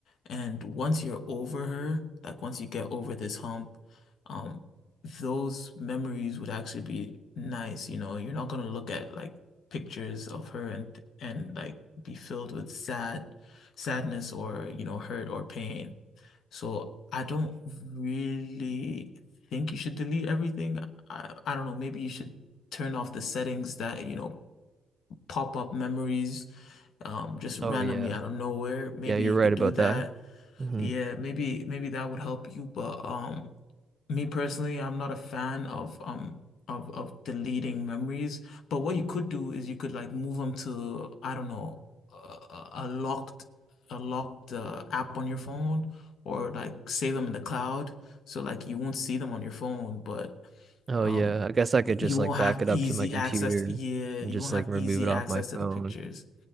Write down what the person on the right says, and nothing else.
Oh yeah,
yeah, you're
right
about
that. hmm
Oh
yeah, I guess I could
just
like back
it
up to my computer
and
just
like
remove
it off
my
phone.